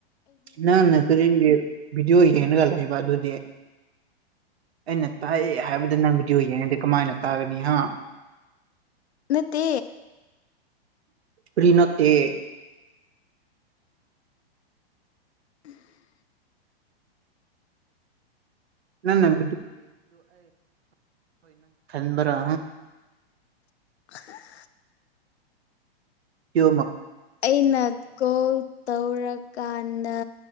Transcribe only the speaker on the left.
ꯅꯠꯇꯦ
<unintelligible>
<inaudible>
ꯑꯩꯅ ꯀꯣꯜ ꯇꯧꯔꯛ ꯀꯥꯟꯗ